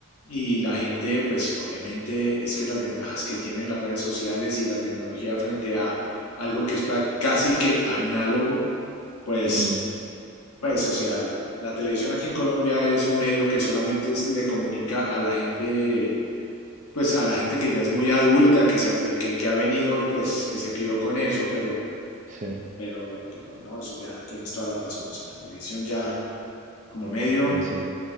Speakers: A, on the left (about 85°); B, on the right (about 35°).
A: y la gente, pues obviamente es que las ventajas que tienen las redes sociales y la tecnología frente a algo que es prac- casi que análogo, pues,
B: Mm,
A: pues, o sea, la televisión aquí en Colombia es un medio que solamente es- le comunica a la gente, pues a la gente que ya es muy adulta, que, se, ha- que, que- que ha venido, pues, que se crió con eso, pero,
B: sí,
A: pero, pero no, eso ya tienes toda la razón, o sea, la televisión ya como medio
B: no, sí.